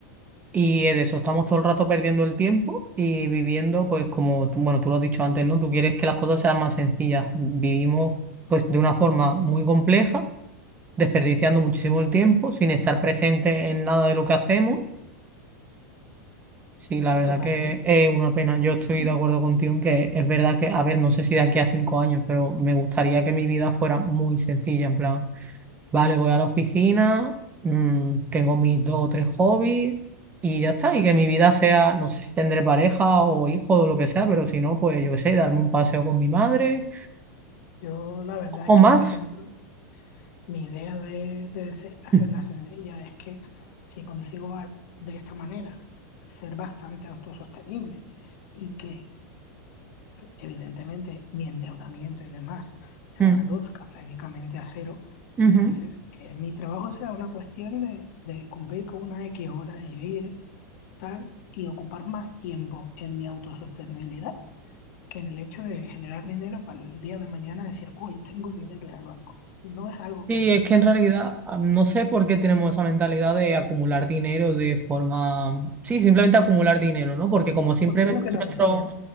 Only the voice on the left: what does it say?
Totalmente.
Yo la verdad
es que,
por ejemplo, mi idea de, de se- hacerla
sencilla es que si consigo al- de esta manera ser bastante autosostenible y que evidentemente mi endeudamiento y demás se
reduzca prácticamente a cero,
entonces que mi trabajo sea una cuestión de, de cumplir con unas X horas y vivir tal y ocupar más tiempo en mi autosostenibilidad que en el hecho de generar dinero para el día de mañana decir, hoy tengo dinero en el banco. No es algo
que... no,
Porque
es lo que
nos
enseñan,